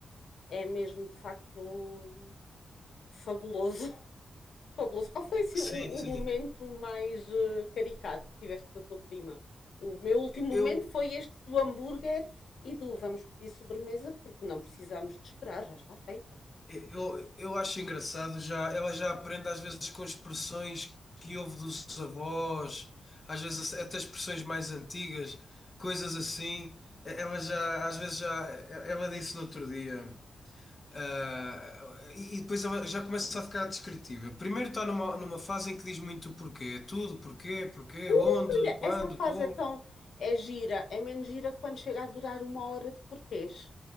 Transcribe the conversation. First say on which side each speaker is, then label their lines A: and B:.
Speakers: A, on the left; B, on the left.
A: É mesmo de facto fabuloso. Fabuloso. Qual foi assim,
B: Sim,
A: o,
B: sim.
A: o momento mais eh, caricato que tiveste com a tua prima? O meu último momento
B: Eu,
A: foi este do hambúrguer e do vamos pedir sobremesa porque não precisamos de esperar, já está feita.
B: Eu, eu acho engraçado, já, ela já aprende às vezes com expressões que houve dos avós, às vezes até expressões mais antigas, coisas assim. Ela já, às vezes já, ela disse no outro dia, ah, e, e depois ela já começa a ficar descritiva. Primeiro está numa, numa fase em que diz muito o porquê, tudo, porquê, porquê,
A: Ui,
B: onde, quando,
A: essa fase
B: como.
A: é tão. é gira, é menos gira quando chega a durar uma hora de porquês